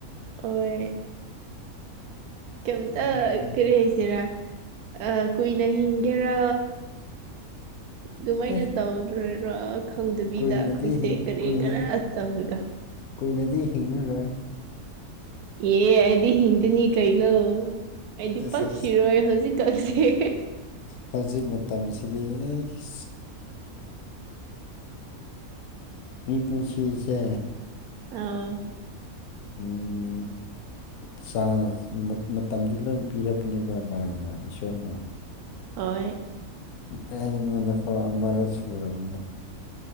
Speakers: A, on the right; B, on the left.
A: ꯑꯣꯏ ꯀꯩꯝꯇ
B: ꯎꯝ
A: ꯀꯔꯤ ꯍꯥꯏꯁꯤꯔꯥ ꯑ ꯀꯨꯏꯅ ꯍꯤꯡꯒꯦꯔꯥ ꯑꯗꯨꯃꯥꯏꯅ
B: ꯑꯦ
A: ꯇꯧꯗꯣꯏꯔꯥ ꯈꯪꯗꯕꯤꯗ
B: ꯀꯨꯏꯅꯗꯤ
A: ꯑꯈꯣꯏꯁꯦ
B: ꯍꯤꯡ
A: ꯀꯔꯤ
B: ꯀꯨꯏꯅ
A: ꯀꯔꯥ ꯇꯧꯔꯒ
B: ꯀꯨꯏꯅꯗꯤ ꯍꯤꯡꯉꯔꯣꯏ
A: ꯑꯦ ꯑꯩꯗꯤ ꯍꯤꯡꯒꯅꯤ ꯀꯩꯅꯣ ꯑꯩꯗꯤ
B: ꯑꯁ
A: ꯄꯥꯛ
B: ꯍꯧꯖꯤꯛ
A: ꯁꯤꯔꯣꯏ ꯍꯧꯖꯤꯛꯀꯟꯁꯦ
B: ꯍꯧꯖꯤꯛ ꯃꯇꯝꯁꯤꯗꯤ ꯑꯩꯁ ꯃꯤ ꯄꯨꯟꯁꯤꯁꯦ
A: ꯑꯥꯎ
B: ꯎꯝ ꯆꯥꯡ ꯃꯠ ꯃꯇꯝꯗꯤ ꯂꯣꯏ ꯄꯤꯔꯛꯄꯅꯦꯕ ꯂꯥꯏꯅ ꯏꯁꯣꯔꯅ
A: ꯑꯣꯏ
B: ꯑꯩꯉꯣꯟꯗ ꯐꯧ ꯑꯃꯔ ꯁꯨꯔꯕꯅꯦ